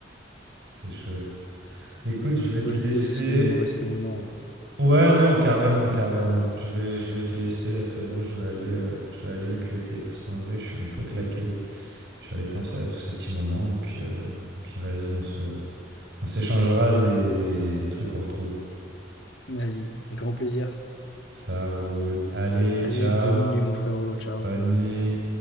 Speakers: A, on the right (about 75°); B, on the left (about 80°).
A: C'est chouette. Écoute,
B: C'est
A: je vais
B: toujours
A: te laisser.
B: cool de se remémorer ces moments, ouais.
A: Ouais, non, carrément, carrément. Je vais, je vais te laisser, frérot. Je vais aller, euh, je vais aller me pieuter parce qu'en vrai, je suis un peu claqué. Je vais aller penser à tous ces petits moments et puis, euh, et puis vas-y, on se, on s'échangera des, des, des trucs qu'on retrouve.
B: Vas-y, avec grand plaisir.
A: Ça roule. Allez,
B: Allez,
A: ciao.
B: bonne nuit, mon frérot. Ciao.
A: Bonne nuit.